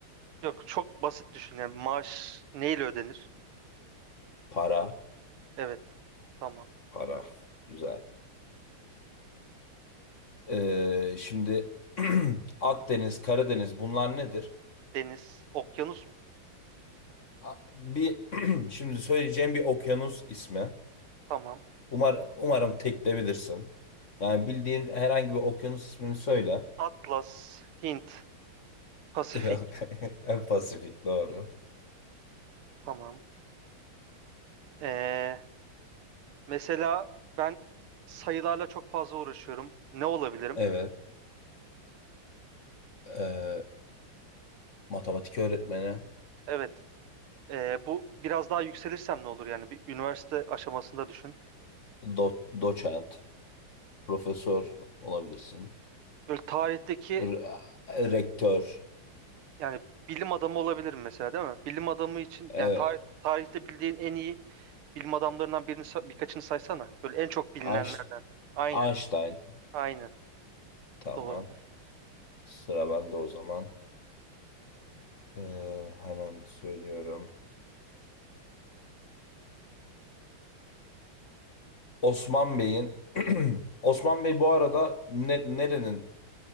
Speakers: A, on the right; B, on the left.
A: Yok çok basit düşün yani maaş neyle ödenir?
B: Para,
A: Evet. Tamam.
B: para. Güzel. Ee, şimdi <clears throat> Akdeniz, Karadeniz bunlar nedir?
A: Deniz, okyanus mu?
B: A- Bir <clears throat> şimdi söyleyeceğim bir okyanus ismi.
A: Tamam.
B: Umar, umarım tek de bilirsin. Yani bildiğin herhangi bir okyanus ismini söyle.
A: Atlas, Hint, Pasifik.
B: <laughs> Yok. <laughs> Pasifik doğru.
A: Tamam. Ee, mesela ben sayılarla çok fazla uğraşıyorum. Ne olabilirim?
B: Evet. Ee, matematik öğretmeni,
A: Evet. ee, bu biraz daha yükselirsem ne olur yani? Bir üniversite aşamasında düşün.
B: do- doçent, profesör olabilirsin.
A: Böyle tarihteki
B: R- rektör,
A: yani bilim adamı olabilirim mesela değil mi? Bilim adamı için
B: evet.
A: yani tarih, tarihte bildiğin en iyi bilim adamlarından birini sa- birkaçını saysana. Böyle en çok bilinenlerden.
B: Einst-
A: Aynen.
B: Einstein.
A: Aynen.
B: Tamam.
A: Doğrudur.
B: Sıra bende o zaman. Ee, hemen söylüyorum. Osman Bey'in <clears throat> Osman Bey bu arada ne- nerenin